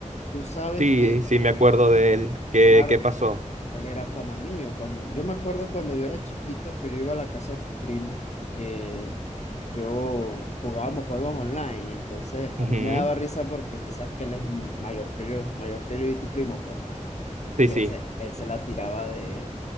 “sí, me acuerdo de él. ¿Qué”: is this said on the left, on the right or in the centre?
Right